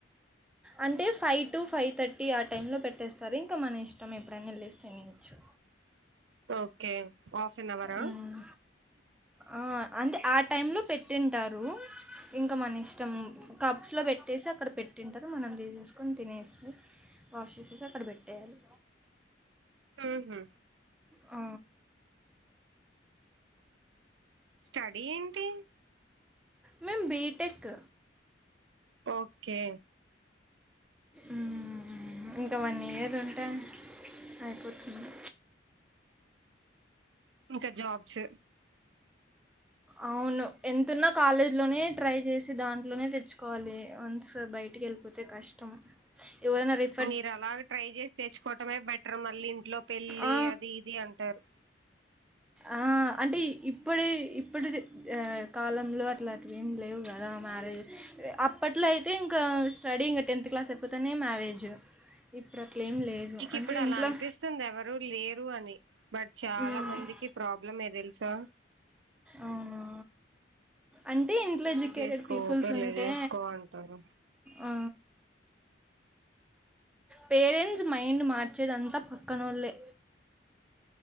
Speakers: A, in the centre; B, on the right.
A: అంటే ఫైవ్ టు ఫైవ్ థర్టీ ఆ టైంలో పెట్టేస్తారు ఇంకా మన ఇష్టం ఎప్పుడైనా వెళ్ళిసి తినేయోచ్చు
B: ఓకే హాఫ్ అన్ అవరా
A: హ్మ్. ఆ అంటే ఆ టైమ్లో పెట్టుంటారు ఇంకా మన ఇష్టం కప్స్లో పెట్టేసి అక్కడ పెట్టింటారు మనం తీసేసుకొని తినేసి వాష్ చేసేసి అక్కడ పెట్టేయాలి
B: ఊహు
A: ఆ
B: స్టడీ ఏంటి
A: మేమ్ బీటెక్
B: ఓకే
A: ఉమ్ ఇంకా వన్ ఇయర్ ఉంటే అయిపోతుంది
B: ఇంకా జాబ్స్
A: అవును ఎంతున్న కాలేజీలోనే ట్రై చేసి దాంట్లోనే తెచ్చుకోవాలి వన్స్ బయటికెళ్ళి పోతే కష్టం ఎవరైనా రీఫ్
B: మీరు అలాగ ట్రై చేసి తెచ్చుకోవటమే బెటర్ మళ్ళీ ఇంట్లో పెళ్లి
A: ఆ,
B: అది ఇది అంటారు
A: ఆ అంటే ఇప్పుడే ఇప్పటి కాలంలో అట్లట్ల ఏమి లేవు కదా మ్యారేజ్ అప్పట్లో అయితే ఇంకా స్టడీఇంగ్ టెన్త్ క్లాస్ అయిపోతేనే మ్యారేజ్ ఇప్పుడు అట్ల ఏం లేదు
B: నీకు ఇప్పుడు
A: అంటే
B: అలా
A: ఇంట్లో
B: అనిపిస్త పిస్తుంది ఎవరు లేరు అని బట్ చాలా
A: మ్మ్.
B: మందికి ప్రాబ్లమే తెలుసా
A: అవునా అంటే ఇంట్లో
B: పెళ్లి
A: ఎడ్యుకేటెడ్
B: చేసుకో
A: పీపుల్స్
B: పెళ్లి
A: ఉంటే
B: చేసుకో అంటారు
A: ఆ పేరెంట్స్ మైండ్ మార్చేదంతా పక్కనోళ్లే